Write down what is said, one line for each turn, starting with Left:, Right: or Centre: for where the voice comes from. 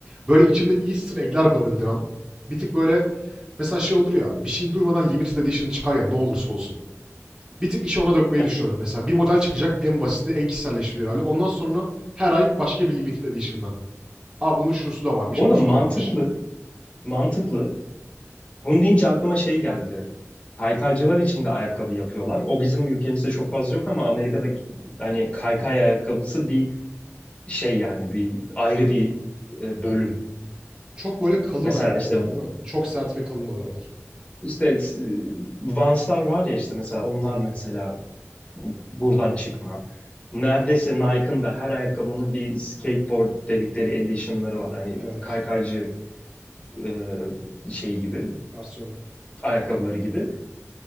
Right: Böyle içinde Easter egg'ler barındıran, bir tık böyle mesela şey olur ya, bir şeyin durmadan limited edition çıkar ya ne olursa olsun. Bir tık işi ona dökmeyi
Left: Evet.
Right: düşünüyorum. Mesela bir model çıkacak en basiti, en kişiselleştirilir hali. Ondan sonra her ay başka bir limited edition'la. Aa bunun şusu da varmış,
Left: Bu arada
Right: busu
Left: mantıklı.
Right: da varmış.
Left: Mantıklı. Bunu deyince aklıma şey geldi. Kaykaycılar için de ayakkabı yapıyorlar. O bizim ülkemizde çok fazla yok ama Amerika'da hani kaykay ayakkabısı bir şey yani bir ayrı bir e, bölüm.
Right: Çok böyle kalın
Left: Mesela
Right: ayakkabılar
Left: işte
Right: değil mi? Çok sert ve kalın oluyorlar.
Left: işte e, Vans'lar var ya işte mesela onlar mesela buradan çıkma. Neredeyse Nike'ın da her ayakkabının bir skateboard dedikleri edition'ları var. Hani
Right: Evet.
Left: kaykaycı e, şey gibi,
Right: Versiyonu.
Left: ayakkabıları gibi.